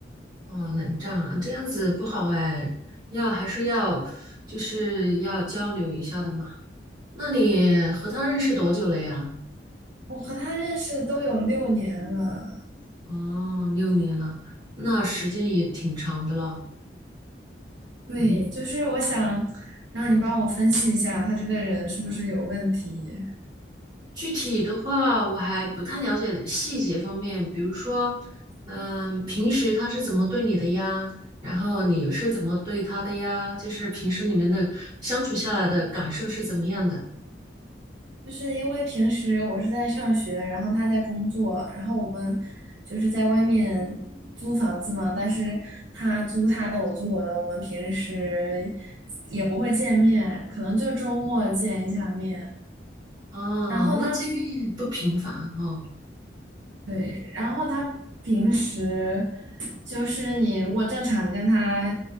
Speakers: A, on the right; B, on the right.
A: 哦，冷战啊，这样子不好哎，要还是要，就是要交流一下的嘛。那你和他认识多久了呀？
B: 我和他认识都有六年了。
A: 哦，六年了，那时间也挺长的了。
B: 对，
A: 嗯。
B: 就是我想让你帮我分析一下，他这个人是不是有问题？
A: 具体的话，我还不太了解细节方面，比如说，嗯，平时他是怎么对你的呀？然后你是怎么对他的呀？就是平时你们的相处下来的感受是怎么样的？
B: 就是因为平时我是在上学，然后他在工作，然后我们就是在外面租房子嘛，但是他租他的，我租我的，我们平时也不会见面，可能就周末见一下面。
A: 哦，
B: 然后他
A: 那见面不频繁啊哦。
B: 对，然后他平时就是你如果正常跟他